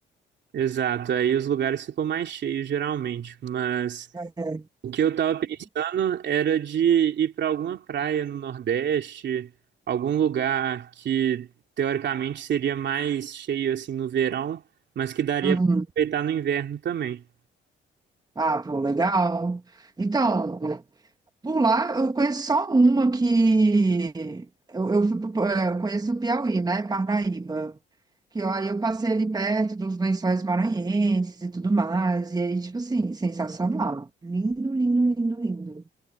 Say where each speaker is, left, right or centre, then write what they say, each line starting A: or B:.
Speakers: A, on the right; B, on the right.
A: Exato, aí os lugares ficam mais cheios geralmente, mas
B: É.
A: o que eu tava pensando era de ir pra alguma praia no Nordeste, algum lugar que teoricamente seria mais cheio assim no verão, mas que daria
B: Uhum.
A: pra aproveitar no inverno também.
B: Ah, pô, legal. Então, Por lá, eu conheço só uma que. Eu, eu, fui pro- eh, eu conheço o Piauí, né? Parnaíba. Que ó, aí eu passei ali perto dos lençóis maranhenses e tudo mais. E aí, tipo assim, sensacional. Lindo, lindo, lindo, lindo.